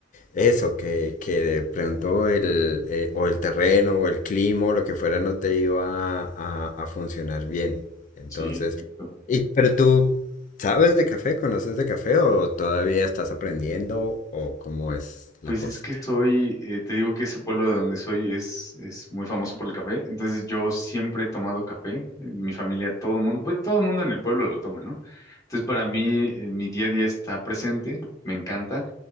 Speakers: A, on the left (about 40°); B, on the left (about 15°).
A: Eso, que, que de pronto el, eh, o el terreno o el clima o lo que fuera no te iba a, a funcionar bien. Entonces,
B: Sí, exacto.
A: y, pero tú, ¿sabes de café? ¿Conoces de café o todavía estás aprendiendo o cómo es la
B: Pues
A: cosa?
B: es que soy, eh, te digo que ese pueblo de donde soy es, es muy famoso por el café, entonces yo siempre he tomado café, en mi familia, todo el mundo, pues todo el mundo en el pueblo lo toma, ¿no? Entonces para mí, eh, mi día a día está presente, me encanta.